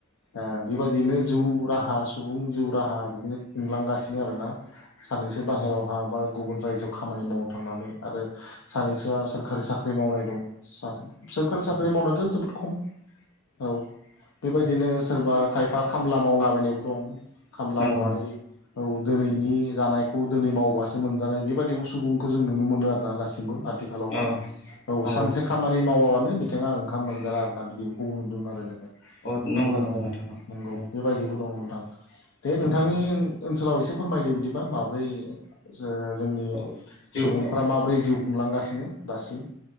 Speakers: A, on the left; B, on the left.
A: ओ बेबादियैनो। जिउ राहा सुबुं जिउ राहा बिदिनो नुंलांगासिनो आरोना सानैसो बाहेराव माबा गुबुन रायजोआव खामानि मावनो थांनानै आरो सानैसोआ सोरखारि साख्रि मावनाय दं सोरखारि साख्रि मावनायाथ' जोबोद खौ औ बेबायदिनो सोरबा खायफा खामला मावलाबायनायबो दं खामला
B: नंगौ
A: मावनानै
B: नंगौ
A: औ दिनैनि जानाय खौ दिनै मावबाय। मोनजानाय बेबायदिबो सुबुंखौ जों नुनो मोनो आरोना दासिमबो। आथिखालावहा
B: औ
A: औ
B: नंगौ
A: सानसे खामानि मावाबानो बिथाङा ओंखाम मोनजाला आरोना बिदिफोरखौबो नुदों आरो जोङो।
B: औ
A: नुनो
B: नंगौ
A: मोनदों
B: नंगौ नोंथां
A: नंगौ
B: उम
A: बेबायदिबो दङ नोंथां दे नोंथांनि
B: उम
A: ओनसोलाव एसे फोरमायदो बिदिबा माब्रै ओ जोंनि
B: औ जिउ
A: सुबुंफ्रा माब्रै जिउ खुंलांगासिनो दासिम